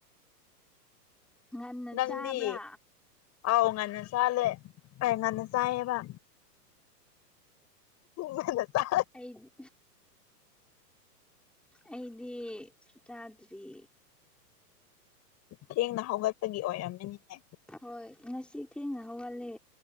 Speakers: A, in the centre; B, on the left.
A: ꯉꯟꯅ
B: ꯅꯪꯗꯤ
A: ꯆꯥꯕ꯭ꯔꯥ
B: ꯑꯥꯎ ꯉꯟꯅ ꯆꯥꯂꯦ ꯀ ꯉꯟꯅ ꯆꯥꯏꯌꯦꯕ ꯃꯅ ꯇ
A: ꯑꯩꯗꯤ ꯑꯩꯗꯤ ꯆꯥꯗ꯭ꯔꯤ
B: ꯊꯦꯡꯅ ꯍꯧꯒꯠꯄꯒꯤ ꯑꯣꯏꯔꯝꯃꯤꯅꯤꯅꯦ
A: ꯍꯣꯏ ꯉꯁꯤ ꯊꯦꯡꯅ ꯍꯧꯒꯜꯂꯦ